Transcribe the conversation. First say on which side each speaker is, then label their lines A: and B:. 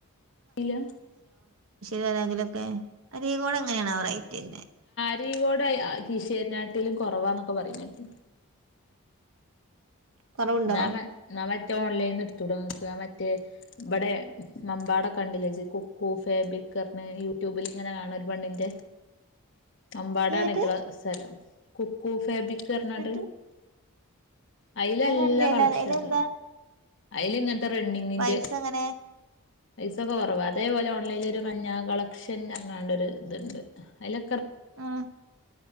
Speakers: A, on the left; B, on the right.
A: ണ്ടിലാ
B: കീശേരി പരാഗിലൊക്കെ അരീക്കോടങ്ങനെയാണാവോ റെയ്റ്റര്ണേ
A: കരികോട കിശ്േരിനാട്ടിലും കുറവാന്നൊക്കെ പറഞ്ഞ കിട്ടി
B: കൊറവുണ്ടോ
A: നമ്മ നമ മറ്റേ ഓൺലൈനി നിന്ന് എടുത്ത തുടങ്ങിക്കുക മറ്റേ ഇവിടെ മമ്പാട കെ ഉണ്ടില്ല കൊക്കു ഫേബ്രിക് യൂട്യൂബിൽ ഇങ്ങനെ കാണ ഒരു പണ്ണിന്റെ
B: <inaudible>
A: അമ്പാടാണട്ടുള്ള
B: ഏത്
A: സ്ഥലം കുക്കു ഫാബിക് എറണാട്
B: ന്നിട്ട്
A: എല്ലാ
B: ഞാൻ കണ്ടില്ല
A: കളക്ഷൻട്ട
B: അയിലെന്താ
A: അതിൽ ഇങ്ങനത്തെ റണ്ണിങ്ങിന്റെ
B: പൈസ എങ്ങനെ
A: പൈസൊക്കെ കുറവ അതേപോലെ ഓൺലൈനിൽ ഒരു മഞ്ഞ കളക്ഷൻ ഇറങ്ങാണ്ട ഒരു ഇതുണ്ട് അല
B: ഉ